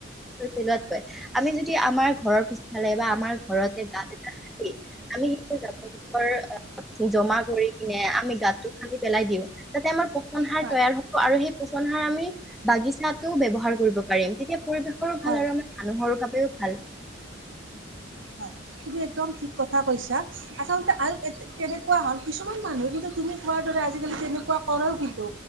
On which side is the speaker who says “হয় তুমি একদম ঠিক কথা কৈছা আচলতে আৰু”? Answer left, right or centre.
Right